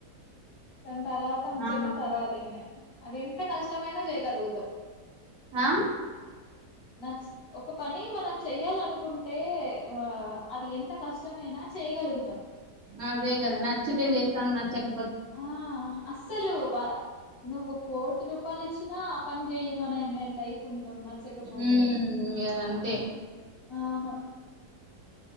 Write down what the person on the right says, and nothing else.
ఆ
ఆ
అదేగదా నచ్చితే జేస్తాం నచ్చక
ఉమ్ ఇగ అదంతే